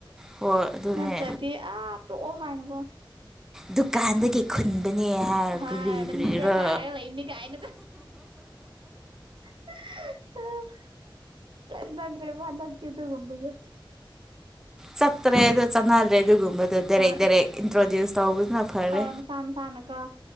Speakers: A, in the centre; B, on the right.
A: ꯍꯣꯏ ꯑꯗꯨꯅꯦ
B: ꯅꯠꯇ꯭ꯔꯗꯤ ꯑꯥ ꯇꯣꯛꯑꯣ ꯍꯥꯏꯅꯀꯣ
A: ꯗꯨꯀꯥꯟꯗꯒꯤ ꯈꯨꯟꯕꯅꯦ ꯍꯥꯏ
B: ꯍꯣꯏ
A: ꯀꯔꯤ
B: ꯂꯝꯕꯤꯗ
A: ꯀ꯭ꯔꯤꯔ
B: ꯇꯥꯔꯒ ꯂꯩꯕꯅꯤ ꯀꯥꯏꯅꯒ <unintelligible> <inaudible> ꯗ꯭ꯔꯦꯕ ꯍꯟꯗꯛꯇꯤ ꯑꯗꯨꯒꯨꯝꯕꯒ
A: ꯆꯠꯇ꯭ꯔꯦ ꯑꯗꯨ ꯆꯠꯅꯗ꯭ꯔꯦ ꯑꯗꯨꯒꯨꯝꯕꯗꯣ ꯗꯥꯏꯔꯦꯛ
B: ꯍꯣꯏ
A: ꯗꯥꯏꯔꯦꯛ ꯏꯟꯇ꯭ꯔꯣꯗ꯭ꯌꯨꯁ ꯇꯧꯕꯁꯤꯅ ꯐꯔꯦ
B: ꯍꯣꯏ ꯃꯁꯥ ꯃꯁꯥꯅꯀꯣ